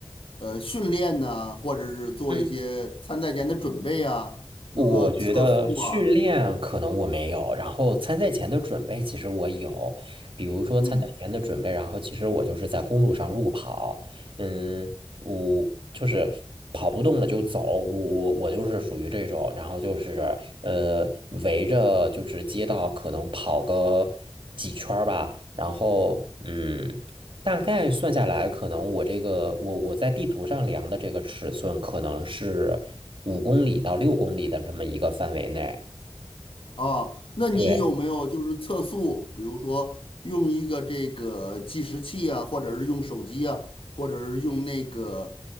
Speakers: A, on the left (about 65°); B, on the right (about 60°).
A: 呃训练呢，或者是做一些参赛前的准备啊，
B: 嗯
A: 比如说测速啊，
B: 我觉得训练可能我没有，然后参赛前的准备其实我有，比如说参赛前的准备，
A: 嗯。
B: 然后其实我就是在公路上路跑，嗯，我就是跑不动了就走，我我我就是属于这种，然后就是呃围着就是街道可能跑个几圈儿吧，然后嗯。大概算下来，可能我这个我我在地图上量的这个尺寸，可能是。五公里到六公里的这么一个范围内。
A: 啊，那你有没有就是测速，
B: 对，
A: 比如说用一个这个计时器啊，或者是用手机啊，或者是用那个